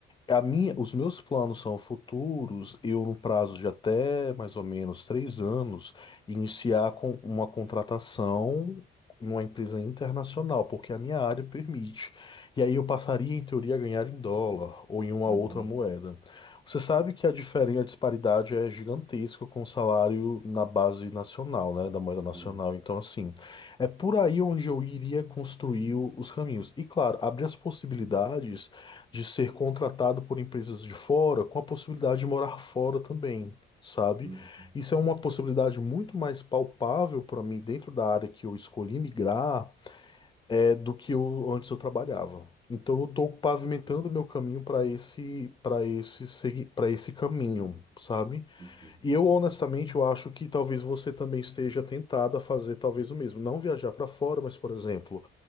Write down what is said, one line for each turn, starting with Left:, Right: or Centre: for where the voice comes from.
Left: A minha, os meus planos são futuros, eu no prazo de até mais ou menos três anos, iniciar com uma contratação numa empresa internacional, porque a minha área permite. E aí eu passaria, em teoria, a ganhar em dólar ou em uma
Right: Uhum.
Left: outra moeda. Você sabe que a diferença, a disparidade é gigantesca com o salário na base nacional, né, da moeda nacional.
Right: Sim.
Left: Então, assim, é por aí onde eu iria construir o- os caminhos. E, claro, abrir as possibilidades de ser contratado por empresas de fora, com a possibilidade de morar fora também, sabe?
Right: Uhum.
Left: Isso é uma possibilidade muito mais palpável para mim dentro da área que eu escolhi migrar, é do que eu antes eu trabalhava. Então eu estou pavimentando
Right: Sim.
Left: meu caminho para esse para esse para esse caminho, sabe?
Right: Entendo.
Left: E eu, honestamente, eu acho que talvez você também esteja tentado a fazer talvez o mesmo. Não viajar para fora, mas, por exemplo,